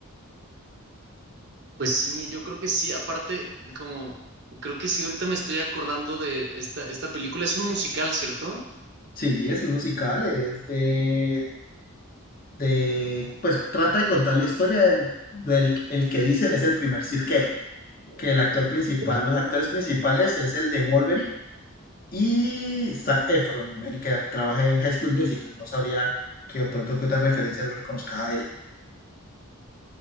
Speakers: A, on the right; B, on the left.
A: Pues sí, yo creo que sí, aparte, como, creo que sí, ahorita me estoy acordando de esta, esta película, es un musical, ¿cierto?
B: Sí, es un musical, es de, de, pues trata de contar la historia del, del el que dicen es el primer cirquero que el actor principal,
A: Mm.
B: los actores principales es el de Wolverine y Zac Efron, el que trabaja en High School Musical. No sabría que de pronto que otra referencia lo reconozca a él.